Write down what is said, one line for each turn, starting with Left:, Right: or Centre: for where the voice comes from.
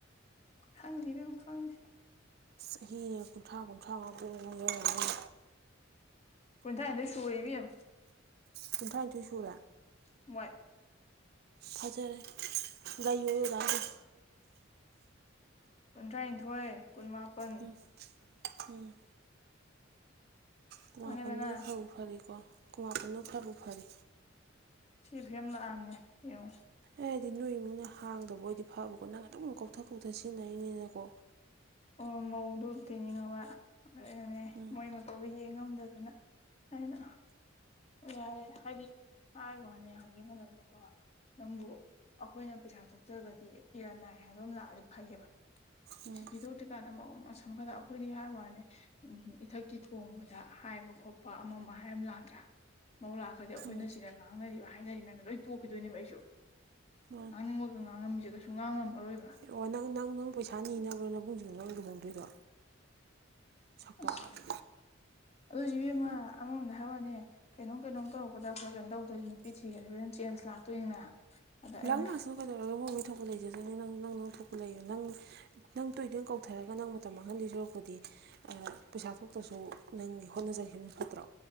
Left: ꯈꯪꯗꯦ ꯏꯕꯦꯃꯥ ꯈꯪꯗꯦ
Right: ꯆꯍꯤ ꯀꯨꯟꯊ꯭ꯔꯥ ꯀꯨꯟꯊ꯭ꯔꯥ ꯉꯥ ꯌꯔꯅꯤ
Left: ꯀꯨꯟꯊꯔꯥ ꯍꯥꯏꯗꯨꯗꯤ ꯁꯨꯔꯦ ꯏꯕꯦꯃꯥ
Right: ꯈꯨꯨꯝꯊ꯭ꯔꯥ ꯅꯤꯊꯣꯏ ꯁꯨꯔꯦ
Left: ꯃꯣꯏ
Right: ꯐꯖꯔꯦ ꯂꯩꯌꯣꯌꯣ ꯑꯗꯨꯃꯥꯏꯅꯥ ꯑꯗꯨꯝ
Left: ꯀꯨꯟꯊ꯭ꯔꯥꯅꯤꯊꯣꯏ ꯀꯨꯟꯃꯥꯄꯟ
Right: ꯎꯝ ꯎꯝ ꯀꯨꯟ
Left: ꯈꯪꯉꯦꯗꯅ
Right: ꯃꯥꯄꯟꯗꯨꯅ ꯈꯔꯕꯨ ꯐꯔꯤꯀꯣ ꯀꯨꯟꯃꯥꯄꯟꯗꯨ ꯈꯔꯕꯨ ꯐꯔꯤ
Left: ꯁꯤ ꯐꯦꯝ ꯂꯥꯛꯑꯝꯅꯦ ꯌꯦꯡꯉꯣ
Right: ꯑꯦꯗꯤ ꯅꯣꯏ ꯃꯤꯡꯅ ꯍꯥꯡꯗꯕ ꯑꯣꯏꯗꯤ ꯐꯕꯀꯣ ꯅꯪ ꯑꯗꯨꯝ ꯀꯧꯊ ꯀꯧꯊ ꯁꯤꯖꯤꯟꯅꯔꯤꯅꯤꯅꯀꯣ
Left: ꯑꯣ ꯃꯧꯗꯨ ꯇꯤꯅꯤꯡꯉꯕꯅꯦ
Right: ꯎꯝ
Left: ꯃꯣꯏ ꯃꯇꯧꯗꯣ ꯌꯦꯡ ꯉꯝꯗꯗꯅ ꯑꯩꯅ ꯑꯣ ꯌꯥꯔꯦ ꯍꯥꯏꯗꯤ ꯍꯥꯏ ꯋꯥꯅꯦ ꯍꯧꯈꯤꯕ ꯃꯇꯝꯗꯀꯣ ꯅꯪꯕꯨ ꯑꯩꯈꯣꯏꯅ ꯄꯩꯁꯥ ꯊꯣꯛꯆꯔꯒꯗꯤ ꯏꯔꯥꯟ ꯅꯥꯏ ꯍꯥꯏꯕ ꯑꯃ ꯂꯥꯛꯑꯗꯤ ꯐꯩꯌꯦꯕ
Right: ꯎꯝ
Left: ꯁꯤꯒꯤꯗ ꯀꯗ ꯁꯝ ꯈꯗ ꯑꯩꯈꯣꯏꯗꯤ ꯍꯥꯏ ꯋꯥꯅꯦ ꯎ ꯏꯊꯛꯀꯤ ꯊꯣꯡꯕꯗ ꯍꯥꯏꯕ ꯈꯣꯠꯄ ꯑꯃ ꯍꯥꯏ ꯑꯃ ꯂꯥꯛꯇ ꯃꯧ ꯂꯥꯛꯈ꯭ꯔꯗꯤ ꯑꯩꯈꯣꯏꯅ
Right: ꯎꯝ
Left: ꯁꯤꯗ ꯉꯥꯡꯅꯔꯤꯕ ꯍꯥꯏꯅꯔꯤ ꯃꯌꯥꯝꯅ ꯂꯣꯏ ꯇꯣꯛꯈꯤꯗꯣꯏꯅꯦꯕ ꯑꯩꯁꯨ
Right: ꯃꯥꯅꯤ
Left: ꯉꯥꯡꯅꯤꯡꯕꯒ ꯉꯥꯡꯉꯝꯃꯤꯁꯦ ꯀꯩꯁꯨ ꯉꯥꯡꯉꯝꯃꯔꯣꯏꯕ
Right: ꯑꯣ ꯅꯪ ꯅꯪ ꯅꯪ ꯄꯩꯁꯥ ꯅꯤꯅꯕ꯭ꯔꯣ ꯅꯕꯨꯡꯁꯤꯡ ꯅꯪ ꯂꯨꯍꯣꯡꯗꯣꯏꯗꯣ ꯁꯛꯇꯥꯁꯤꯗꯤ
Left: ꯑꯁ ꯑꯗꯨꯏꯖꯨ ꯏꯕꯦꯃꯥ
Right: ꯎꯝ
Left: ꯑꯃꯃꯝꯗ ꯍꯋꯥꯅꯦ ꯀꯩꯅꯣꯝ ꯀꯩꯅꯣꯝ ꯇꯧꯔꯛꯄꯗ ꯈꯔ ꯀꯩꯅꯣ ꯇꯧꯗꯣꯏ ꯅꯨꯄꯤ ꯊꯤꯒꯗ ꯑꯗꯨꯝ ꯆꯦꯟꯖ ꯂꯥꯛꯇꯣꯏꯅꯤꯅ ꯑꯗ ꯑꯩꯅ
Right: ꯂꯪ ꯂꯛꯁꯅꯨ ꯀꯩꯗꯧꯔꯒ ꯃꯣꯏ ꯃꯣꯏ ꯊꯣꯛ ꯂꯩꯖꯗꯅꯤ ꯅꯪ ꯅꯪ ꯅꯪ ꯊꯣꯛꯄꯨ ꯂꯩ ꯅꯪ ꯅꯪ ꯇꯣꯏ ꯇꯣꯏꯅ ꯀꯧꯊꯔꯒ ꯅꯪ ꯃꯇꯝ ꯃꯥꯡꯍꯜꯂꯤ ꯁꯣꯔꯛꯄꯗꯤ ꯄꯩꯁꯥ ꯊꯣꯛꯇ꯭ꯔꯁꯨ ꯅꯪꯒꯤ ꯍꯣꯠꯅꯖꯈꯤꯕ ꯐꯠꯇ꯭ꯔꯣ